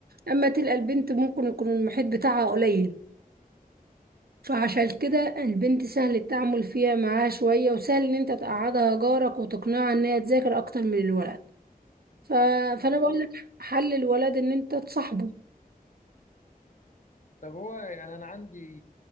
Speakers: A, on the right (about 80°); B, on the left (about 55°).
A: اما تلقى البنت ممكن يكون المحيط بتاعها قليل فعشان كده البنت سهل التعامل فيها معاها شويه وسهل ان انت تقعدها جارك وتقنعها ان هي تذاكر اكتر من الولد ف...
B: طب
A: فانا
B: هو
A: بقول لك حل الولد ان انت تصاحبه
B: طب هو يعني انا عندي